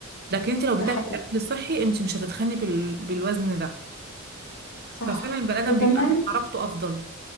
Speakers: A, on the right; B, on the left.
A: لكن انت لو
B: ده
A: بتاكلي
B: حقيقي
A: اكل صحي انت مش هتتخني بال... بالوزن ده
B: صح
A: ففعلا البني ادم
B: وكمان
A: بيبقى حركته افضل